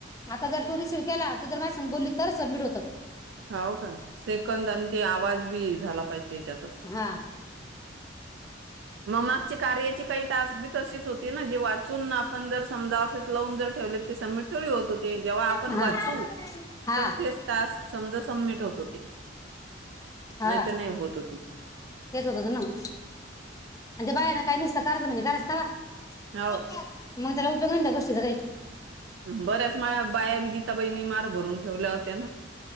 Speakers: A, on the left; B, on the right.
A: आता जर तू रिसीव्ह केला तू जर मा सांग बोलली तरच सबमिट होत.
B: हो का सेकंद आणि ते आवाज बी झाला पाहिजे त्याच्यात अस
A: हा
B: मागच्या कार्याची काही टास्क बी तशीच होती ना जे वाचून आपण जर समजा अस तुला लावून ज ठेवलेत ते सबमिट थोडी होत होते जेव्हा आपण
A: हा
B: वाचू
A: हा
B: तर तेच टास्क समजा समिट होतो.
A: हा
B: नाही तर नाही होत होती.
A: तेच होत हो त ना आणि ते बाया ना काही दिसत कर्ज म्हणे करायचतावा
B: हो
A: मग त्याला करुन त्या गोष्टीचा काईच
B: बऱ्याच माझ्या बायाबी गीताबाईणी मार भरून ठेवल्या होत्या ना.